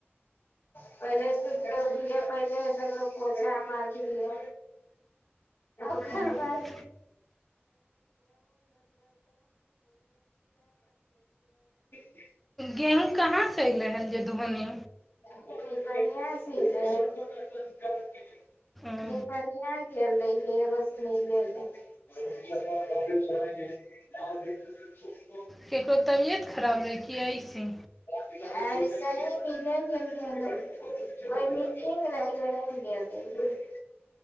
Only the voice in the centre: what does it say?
हँ
गेहूँ कहाँ से अयलै हँ जे धोली
ओ
केकरो तबियत खराब रहै कि अइसे